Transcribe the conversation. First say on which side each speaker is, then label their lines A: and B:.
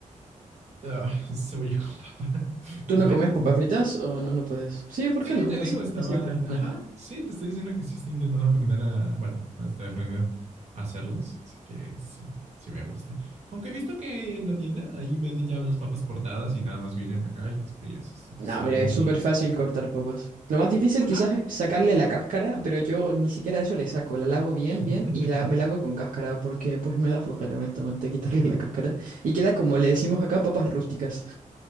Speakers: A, on the right (about 55°); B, on the right (about 75°).
A: ah, cebolla con papa. <laughs>
B: ¿Tú
A: Bueno,
B: no comes papas fritas o no, no puedes? Sí, ¿por
A: Sí,
B: qué no?
A: te
B: La
A: digo,
B: cebolla
A: estaba,
B: siempre es buena.
A: ajá, sí, te estoy diciendo que sí estoy intentando aprender a, bueno, estoy aprendiendo a hacerlos, así que sí, sí me gusta. Aunque he visto que en la tienda ahí venden ya las papas cortadas y nada más vienen acá y las frías. Esto
B: No,
A: Está
B: pero
A: muy,
B: es súper fácil cortar papas. Lo más difícil
A: ajá,
B: quizás es sacarle la cáscara, pero yo ni siquiera eso le saco. La lavo bien,
A: <laughs>
B: bien y la, me la hago con cáscara porque pues me da flojera honestamente quitarle la cáscara. Y queda como le decimos acá, papas rústicas,